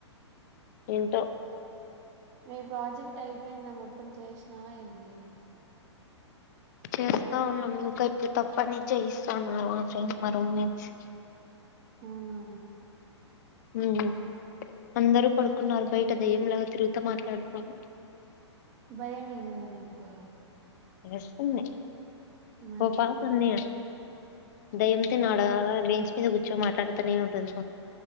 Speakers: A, on the left; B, on the right.
A: ఏంటో
B: మీ ప్రాజెక్ట్ అయిపోయింద మొత్తం చేసినావా ఏంది
A: చేస్తా ఉన్నా ఇంకా ఇప్పుడు తప్ప నుంచి ఇస్తాన్నారు ఆ ఫ్రెండ్ మా రూమ్ మెడుసు
B: అవునా
A: ఉ హ అందరూ పడుకున్నారు బయట దయ్యంలా తిరుగుత మాట్లాడుతాన
B: భయంమఏయినదా నీకు
A: వేస్తుంది
B: మరి
A: ఓ పాప ఉంది కదా రేవతి ని
B: ఎవరు
A: అడగాలా బీచ్ ఇది కూర్చో మాట్లాడుతానే ఉంటదు